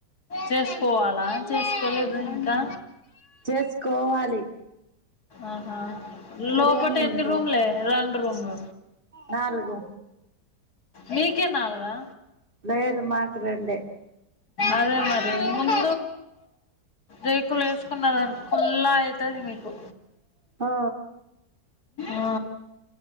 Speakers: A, on the left; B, on the right.
A: చేసుకోవాలా, చేసుకోలేద ఇంకా.
B: చేసుకోవాలి
A: ఆహ్ హా
B: పెరుగన్నం
A: లోపటేన్ని
B: తింటవా
A: రూమ్లే రొం డ్రూమ్ల
B: నాలుగు
A: మీకే నాలుగా
B: లేదు మాకు రెండే.
A: అదే మరి మున్ రేకులు ఏసుకున్నారనిక్కో కుల్లా అయితది. మీకు
B: ఆ
A: ఆ